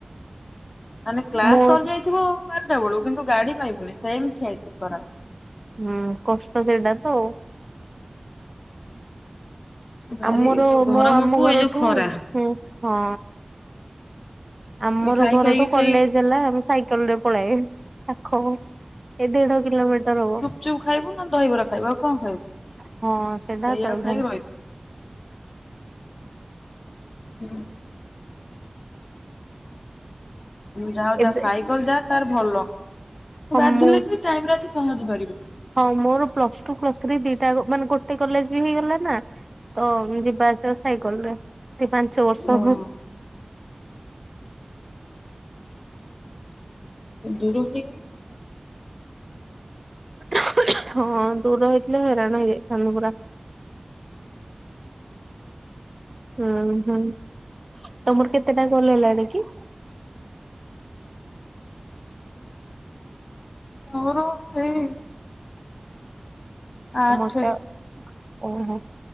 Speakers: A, on the left (about 85°); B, on the right (about 35°).
A: ମାନେ କ୍ଲାସ
B: ମୋର
A: ସରିଯାଇଥିବ ବାରଟା ବେଳୁ କିନ୍ତୁ ଗାଡି ପାଇବୁନି। ସେମିତି ଠିଆ ହେଇଥିବୁ ଖରାରେ।
B: ହୁଁ କଷ୍ଟ ସେଇଟା ତ ଆଉ।
A: ଭାରି
B: ଆମର
A: ଯୋଉ ଗରମକୁ
B: ମୋ ଆମ ଘରଠୁ
A: ଏଇ ଯୋଉ ଖରା
B: ଉଁ ହଁ ଆମର
A: ଖାଇ
B: ଘରଠୁ
A: ଖାଇକି ସେଇ
B: କଲେଜ ହେଲା ସାଇକେ ସାଇକେଲ ରେ ପଲାଏ ପାଖ ହବ। ଦେଢ କିଲୋମିଟର ହବ।
A: ଗୁପ୍ ଚୁପ୍ ଖାଇବୁ ନହେଲେ ଦହିବରା ଖାଇବୁ ଆଉ କଣ ଖାଇବୁ।
B: ହଁ ସେଟା
A: ସେଇଆକୁ
B: ତ
A: ଖାଇକି
B: ହୁଁ।
A: ହୁଁ। ଯାଅ ଯା
B: ଏବେ
A: ସାଇକେଲ ଯା ତାର ଭଲ ଉଁ
B: ହଁ
A: ବାଧିଲେ
B: ମୁଁ
A: ବି ଟାଇମ୍ ରେ ଆସି ପହଞ୍ଚି ପାରିବେ।
B: ହଁ ମୋର ପ୍ଲସ୍ ଟୁ ପ୍ଲସ୍‌ ଥ୍ରୀ ଦିଟା ମାନେ ଗୋଟେ କଲେଜ ବି ହେଇଗଲା ନା। ତ ଯିବା ଆସିବା ସାଇକେଲ୍ ରେ ଦି ପାଞ୍ଚ ବର୍ଷ।
A: ହଁ। ଦୂର ହିଁ।
B: ହଁ ଦୂର ହେଇଥିଲେ ହଇରାଣ ହେଇଯାଇଥାନ୍ତୁ ପୁରା। ହୁଁ ହୁଁ ତମର କେତେ ଟା କଲ୍ ହେଲାଣି କି?
A: ମୋର ସେଇ ଆଠ
B: ମୋଟା ଓହୋ।